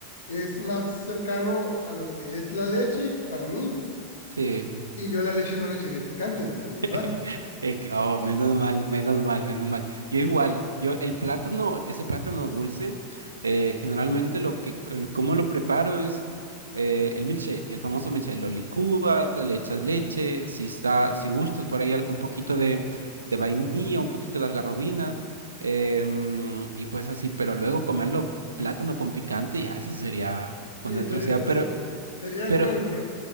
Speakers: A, on the left; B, on the right.
A: es más cercano a lo que es la leche para mí,
B: Sí.
A: y yo a la leche no le echaría picante, eh,
B: <laughs>
A: ¿verdad?
B: Eh, que- Oh, menos mal, menos mal, menos mal. Yo
A: Sí,
B: igual, yo el plátano, ese plátano dulce, eh, generalmente lo que, el- cómo lo preparo es eh, el milkshake, el famoso milkshake. Lo licúas, le echas leche, si está, si gustas por ahí al- un poquito de, de vainilla, un poquito de algarrobina, eh, mm, y pues así. Pero luego comerlo plátano con picante, ya eso sería
A: sí,
B: una atrocidad.
A: sería, se-
B: Pero,
A: sería
B: pero
A: una locura.